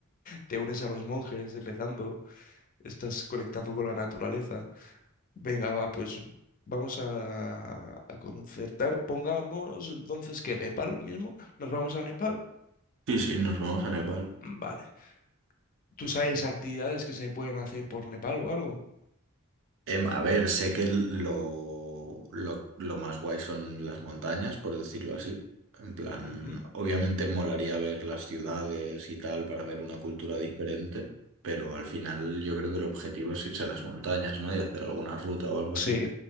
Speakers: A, on the left (about 40°); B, on the right (about 60°).
A: te unes a los monjes rezando, estás conectando con la naturaleza. Venga, va, pues vamos a, a concertar. Pongamos entonces que Nepal mismo, nos vamos a Nepal.
B: Sí, sí, nos vamos a Nepal.
A: Mm, Vale. ¿Tú sabes actividades que se pueden hacer por Nepal o algo?
B: Em, a ver, sé que lo, lo, lo más guay son las montañas, por decirlo así. En plan,
A: Ujú.
B: obviamente molaría ver las ciudades y tal para ver una cultura diferente, pero al final yo creo que el objetivo es irse a las montañas, ¿no? Y hacer alguna ruta o algo
A: Sí,
B: así.